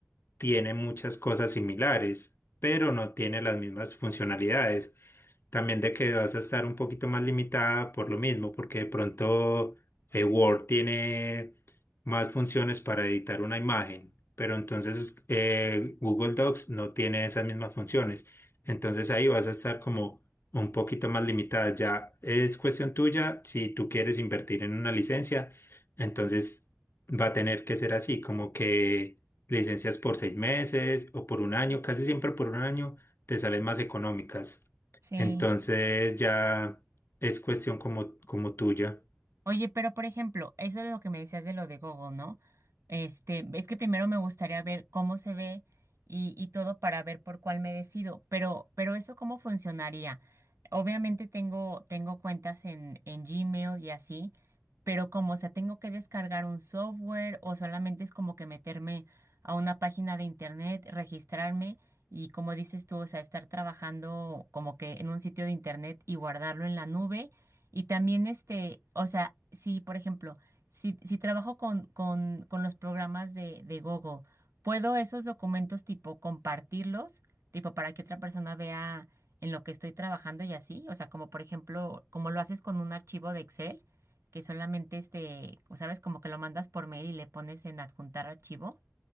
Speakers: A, on the left; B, on the right.
A: tiene muchas cosas similares, pero no tiene las mismas funcionalidades. También de que vas a estar un poquito más limitada por lo mismo, porque de pronto eh, Word tiene más funciones para editar una imagen, pero entonces eh, Google Docs no tiene esas mismas funciones. Entonces ahí vas a estar como un poquito más limitada. Ya es cuestión tuya si tú quieres invertir en una licencia, entonces va a tener que ser así, como que licencias por seis meses o por un año, casi siempre por un año te salen más económicas.
B: Sí.
A: Entonces ya es cuestión como, como tuya.
B: Oye, pero por ejemplo, eso es lo que me decías de lo de Google, ¿no? Este, es que primero me gustaría ver cómo se ve y, y todo para ver por cuál me decido, pero, pero eso cómo funcionaría. Obviamente tengo, tengo cuentas en, en Gmail y así, pero como, o sea, tengo que descargar un software o solamente es como que meterme a una página de internet, registrarme y como dices tú, o sea, estar trabajando como que en un sitio de internet y guardarlo en la nube y también este, o sea, si por ejemplo, si, si trabajo con, con, con los programas de, de Google, ¿puedo esos documentos tipo compartirlos, tipo para que otra persona vea en lo que estoy trabajando y así? O sea, como por ejemplo, como lo haces con un archivo de Excel, que solamente este, o sabes, como que lo mandas por mail y le pones en adjuntar archivo,